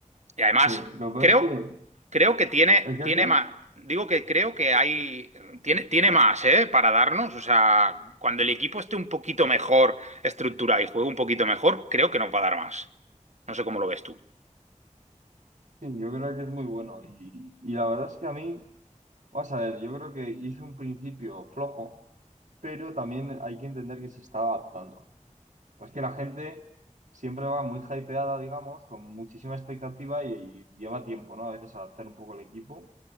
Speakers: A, on the right; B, on the right.
A: Y además,
B: Sí, lo que pasa
A: creo,
B: es
A: creo que tiene,
B: que, ¿el qué,
A: tiene
B: el qué?
A: más, digo que creo que hay, tiene, tiene más, ¿eh? Para darnos, o sea, cuando el equipo esté un poquito mejor estructurado y juegue un poquito mejor, creo que nos va a dar más. No sé cómo lo ves tú.
B: Sí, yo creo que es muy bueno. Y, y la verdad es que a mí, vas a ver, yo creo que hizo un principio flojo, pero también hay que entender que se está adaptando. Pues que la gente siempre va muy hypeada, digamos, con muchísima expectativa y, y lleva tiempo, ¿no? A veces adaptar un poco el equipo.